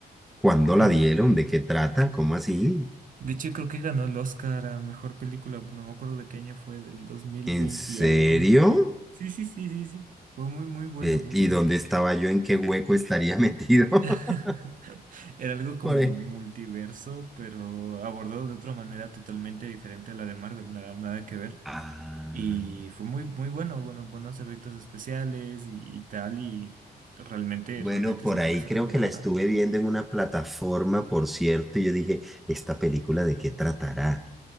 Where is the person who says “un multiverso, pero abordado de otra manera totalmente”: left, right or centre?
Right